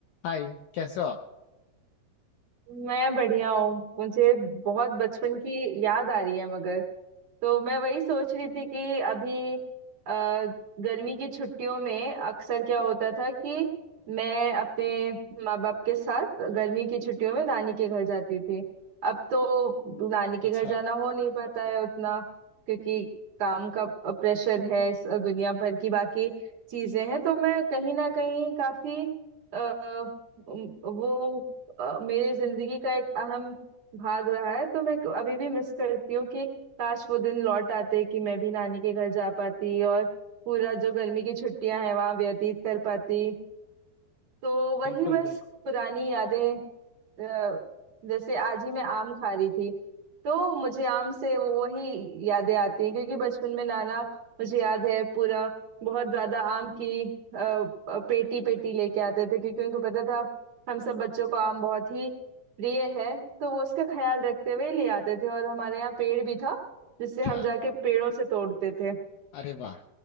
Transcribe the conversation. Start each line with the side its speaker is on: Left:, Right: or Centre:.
Left: हाय कैसे हो आप
Right: मैं बढ़िया हूँ मुझे बहुत बचपन की याद आ रही है मगर तो मैं वही सोच रही थी कि अभी अ, गर्मी की छुट्टियों में अक्सर क्या होता था कि मैं अपने माँ बाप के साथ गर्मी की छुट्टियों में नानी के घर जाती थी अब तो नानी के
Left: अच्छा
Right: घर जाना हो नहीं पाता है उतना क्योंकि काम का प्रेशर है स- दुनिया भर की बाकी चीजें हैं तो मैं कहीं ना कहीं काफी आ, वो अ, मेरे जिंदगी का एक अहम भाग रहा है तो मैं अभी भी मिस करती हूँ कि काश वो दिन लौट आते कि मैं भी नानी के घर जा पाती और पूरा जो गर्मी की छुट्टियां हैं वहां व्यतीत कर पाती तो वही
Left: बिल्कुल
Right: बस
Left: बिल्कुल
Right: पुरानी यादें अ, जैसे आज ही मैं आम खा रही थी तो मुझे आम से वो- वही यादें आती हैं क्योंकि बचपन में नाना मुझे याद है पूरा बहुत ज्यादा आम की अ, अ, पेटी पेटी लेके आते थे क्योंकि उनको पता था हम सब बच्चों को आम बहुत ही प्रिय है तो वो उसका ख्याल रखते हुए ले आते थे और हमारे यहाँ पेड़ भी था जिससे हम
Left: अच्छा
Right: जाके पेड़ों से तोड़ते थे
Left: अरे वाह